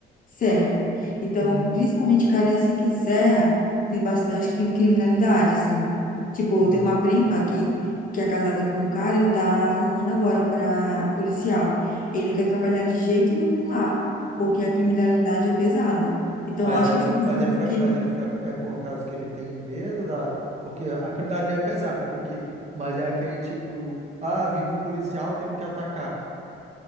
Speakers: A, on the left (about 45°); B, on the right (about 35°).
A: Serra. Então,
B: Uhum,
A: principalmente Cariacica e Serra tem bastante cri- criminalidade, assim. Tipo,
B: uhum.
A: tem uma prima que, que é casada com um cara que tá formando agora para policial. Ele não quer trabalhar de jeito nenhum lá, porque a criminalidade é pesada. Então,
B: Mas
A: eu acho
B: aí,
A: que, tipo,
B: o-
A: assim,
B: mas ele fica, mas ele fica, é por causa que ele tem medo da, porque a criminalidade é pesada, ok. Mas é aquele tipo, ah, vimos o policial, temos que atacar.